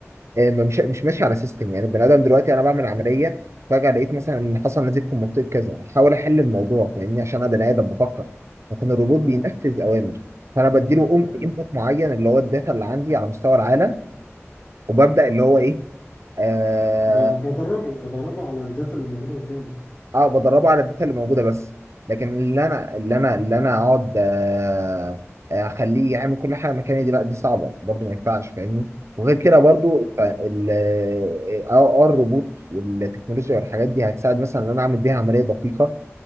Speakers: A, on the right; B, on the left.
A: آه، ما مش مش ماشي على سيستم يعني البني ادم دلوقتي انا بعمل عمليه فجاه لقيت مثلا ان حصل نزيف في منطقه كذا احاول احل الموضوع فاهمني عشان انا بني ادم بفكر لكن الروبوت بينفذ
B: اه
A: اوامر فانا بديله
B: تمام
A: انبوت معين اللي هو الداتا اللي عندي على مستوى العالم وببدا اللي هو ايه آه
B: ب- بدربه بدربه على الداتا اللي موجوده قدامي
A: اه بدربه على الداتا اللي موجوده بس لكن اللي انا اللي انا اللي انا اقعد آه، آه، اخليه يعمل كل حاجه مكاني دي لا دي صعبه برضه ما ينفعش فاهمني وغير كده برضه ال اه آه، آه، الروبوت والتكنولوجيا والحاجات دي هتساعد مثلا ان انا اعمل بيها عمليه دقيقه